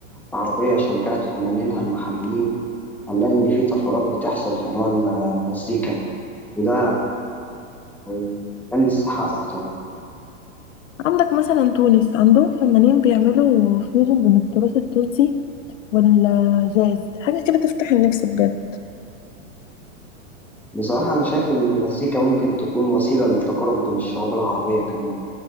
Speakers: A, in the centre; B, on the left.
A: عربية شجعت فنانينها المحليين هنلاقي إن في طفرات بتحصل في نوع الم- المزيكا وده هيخلي الساحة أكتر.
B: عندك مثلا تونس عندهم فنانين بيعملوا فيوجن بين التراث التونسي والجاز حاجة كده تفتح النفس بجد
A: بصراحة أنا شايف إن المزيكا ممكن تكون وسيلة للتقارب بين الشعوب العربية كمان